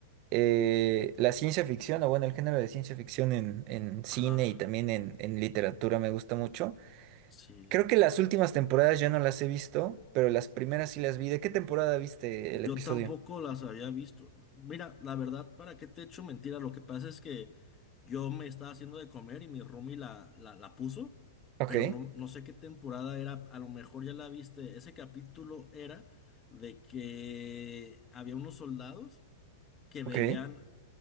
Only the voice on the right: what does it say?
eh, la ciencia ficción, o bueno, el género de ciencia ficción en, en cine
y también en, en literatura me gusta mucho.
Creo que las últimas temporadas ya no las he visto, pero las primeras sí las vi. ¿De qué temporada viste
el episodio?
Ok,
ok.